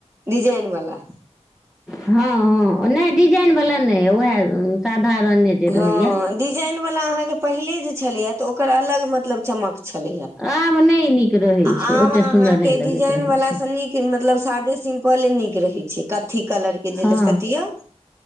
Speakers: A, on the right; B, in the centre.
A: डिजाईन बला
B: हँ हँ नहि डिजाईन बला नहि उएह साधारणे जे
A: हँ
B: रहैया
A: डिजाईन बला अहाँके पहिले जे छलैया तऽ ओकर अलग मतलब चमक छल
B: आब नहि नीक रहै छै
A: आब
B: ओतेक
A: अहाँके
B: सुन्दर नहि लगैत
A: डिजाईन
B: रहै
A: बला
B: छै
A: सँ नीक मतलब सादे सिम्पले नीक रहे छै कथी कलर के जे
B: हँ
A: लक सटियौ